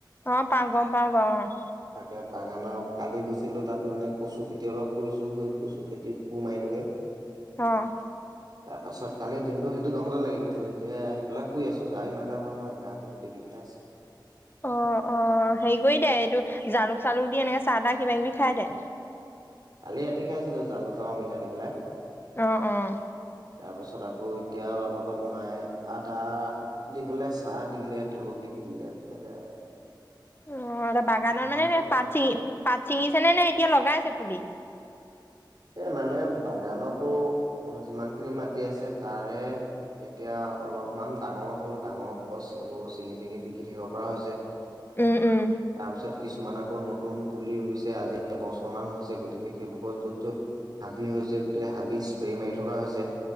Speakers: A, on the left (about 25°); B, on the right (about 55°).
A: অ' পাওঁ গম পাওঁ বাও অ'।
B: তাকে বাগানত কালি গৈছিলোঁ তাত মানে কচুখেতি অলপ কৰিছোঁ, সেই কচুখেতিৰ কোৰ মাৰিলোগে।
A: অহ
B: তাৰপাছত কালিৰ দিনটো সেইটো কামতে লাগি থাকিলো, এতিয়া আহি পেলাই শুই আছো গা ইমান এটা ভাল নহয় গা বোৰ গোটেই বিষাই আছে।
A: অ' অ' হেৰি কৰি দে এইটো জালুক-চালুক দি এনেকে চাহ-তাহ কিবাকিবি খাই দে।
B: কালি ৰাতি খাইছিলো জালুক আৰু অমিতা দি পেলাই।
A: অ', অ'।
B: তাৰপিছত আকৌ এতিয়া অলপ আ লগত মায়ে আদা, দি পেলাই চাহ দিলে তুলসী দি দিলে তেনেকে।
A: অ' বাগানত
B: আৰাম
A: মানে
B: পালে
A: পাত চিঙি, পাত চিঙিছে নে, নে এতিয়া লগাইছে পুলি?
B: এ মানে বাগানতো যিমানখিনি মাটি আছে তাৰে, এতিয়া অলপমান ডাঙৰ হ'ল, ডাঙৰ গছ এইবোৰ চিঙি-চিঙি বিকি থাকিব পৰা হৈছে।
A: উম উম।
B: তাৰ পিছত কিছুমান আকৌ নতুন পুলি ৰুইছে আজি এবছৰমান হৈছে গতিকে সেইবোৰ কৰ য'ত য'ত হাবি হৈছে গোটেই হাবিত স্প্ৰে মাৰি থকা হৈছে।